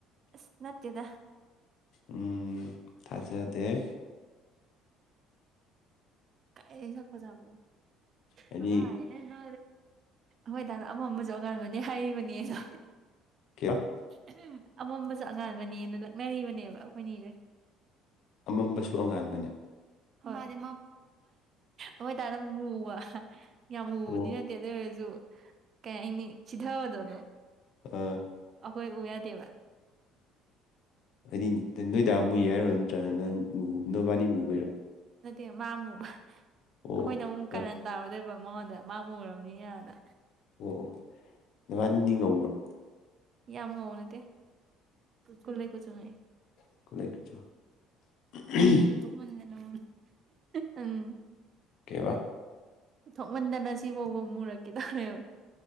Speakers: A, on the right (about 35°); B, on the left (about 55°).
A: ꯑꯁ ꯅꯠꯇꯦꯗ
B: ꯎꯝ ꯊꯥꯖꯗꯦ꯫
A: ꯑꯩ ꯁꯛ ꯐꯖꯕꯣ
B: ꯍꯥꯏꯗꯤ
A: ꯀꯔꯥꯢꯗꯩꯅꯣ ꯍꯣꯏ ꯇꯅꯣ ꯑꯃꯝꯕꯁꯨ ꯑꯉꯥꯟꯕꯅꯦ ꯍꯥꯏꯔꯤꯕꯅꯦꯗ
B: <unintelligible>
A: ꯑꯍꯝ ꯑꯃꯝꯕꯁꯨ ꯑꯉꯥꯟꯕꯅꯦꯅ ꯂꯛꯅꯔꯤꯕꯅꯦꯕ ꯑꯈꯣꯏꯅꯤꯖꯦ꯫
B: ꯑꯃꯝꯕꯁꯨ ꯑꯉꯥꯟꯕꯅꯦ꯫
A: ꯍꯣꯏ ꯑꯗꯨ ꯑꯣꯏꯇꯥꯔꯅ ꯃꯨꯕ ꯌꯥꯝ ꯃꯨꯕꯗꯤ
B: ꯑꯣ
A: ꯅꯠ꯫ ꯠꯇꯤ ꯑꯗꯨ ꯑꯣꯏꯔꯁꯨ ꯀꯩ ꯍꯥꯏꯅꯤ ꯆꯤꯊꯕꯗꯗꯣ
B: ꯎꯝ꯫
A: ꯑꯩꯈꯣꯏ ꯎ ꯌꯥꯗꯦꯕ꯫
B: ꯍꯥꯏꯗꯤ ꯅꯣꯏꯗꯥꯝ ꯃꯨꯏ ꯍꯥꯏꯔꯣ ꯅꯠꯇ꯭ꯔꯒꯅ ꯅꯪ ꯅꯣꯕꯥꯅꯤꯕꯨꯨꯕ ꯑꯣꯏꯔꯣ
A: ꯅꯠꯇꯦ ꯃꯥ ꯃꯨꯞ
B: ꯑꯣ
A: ꯑꯈꯣꯏꯅ ꯃꯨꯛ ꯀꯔꯟ
B: ꯑꯣ
A: ꯇꯥꯔꯨꯗꯣꯏꯕ ꯃꯉꯣꯟꯗ ꯃꯥ ꯃꯨꯔꯕꯅꯤꯅ ꯅ꯫
B: ꯑꯣ ꯑꯣ ꯅꯍꯟꯗꯤ ꯉꯧꯕ꯭ꯔꯣ
A: ꯌꯥꯝꯉꯧꯕ ꯅꯠꯇꯦ ꯀꯨꯂꯩ ꯀꯨꯆꯨꯅꯤ꯫
B: <unintelligible>
A: ꯨ ꯃꯟꯗꯅ ꯎꯝ
B: ꯀꯩꯕ
A: ꯊꯣꯛꯃꯟꯗꯅ ꯁꯤꯐꯥꯎꯕ ꯃꯨꯔꯛꯀꯦ ꯇꯧꯔꯦꯕ